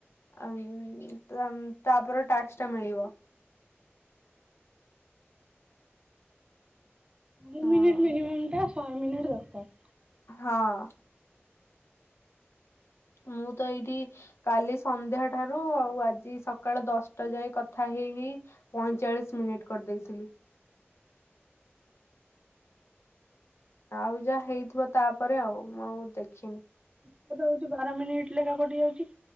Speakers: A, on the left; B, on the right.
A: ଅ-ଅ-ଅ ତା ତାପର ଟାକ୍ସ ଟା ମିଳିବ।
B: ଦୁଇ
A: ହଁ
B: ମିନିଟ୍ ମିନିମମ୍ ଟା ଶହେ ମିନିଟ୍ ଦରକାର।
A: ହଁ, ମୁଁ ତ ଇଏଇଠି କାଲି ସନ୍ଧ୍ୟା ଠାରୁ ଆଉ ଆଜି ସକାଳ ଦଶଟା ଯାଏ କଥା ହେଇ ହେଇ ପଇଁଚାଳିଶ ମିନିଟ୍ କରିଦେଇଥିଲି। ଆଉ ଯାହା ହେଇଥିବ ତାପରେ ଆଉ। ମୁଁ ଆଉ ଦେଖିନି
B: କେତେବେଳେ ହଉଛି ବାର ମିନିଟ୍ ଲେଖା କଟି ଯାଉଛି।